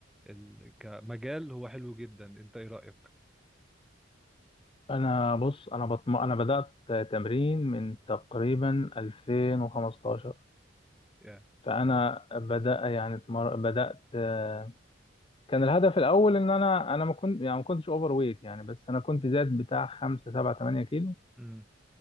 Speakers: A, in the centre; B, on the left (about 25°).
A: ال... كمجال هو حلو جدا أنت إيه رأيك؟
B: انا بص انا بطم... انا بدات تمرين من تقريبا 2015
A: يعني
B: فانا بدا يعني اتمر... بدات آه، كان الهدف الاول ان انا انا ما كنت يعني ما كنتش اوفر ويت يعني بس انا كنت زاد بتاع 5 7 8 كيلو
A: امم